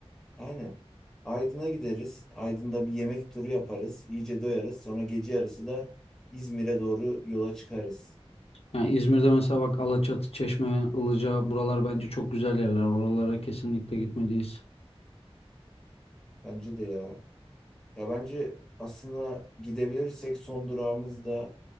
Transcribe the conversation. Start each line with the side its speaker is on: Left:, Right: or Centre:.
Centre: Aynen. Aydın'a gideriz. Aydın'da bir yemek turu yaparız. İyice doyarız. Sonra gece yarısı da İzmir'e doğru yola çıkarız.
Left: Yani İzmir'de mesela bak Alaçatı, Çeşme, Ilıca buralar bence çok güzel yerler. Oralara kesinlikle gitmeliyiz.
Centre: Bence de ya. Ya bence aslında gidebilirsek son durağımız da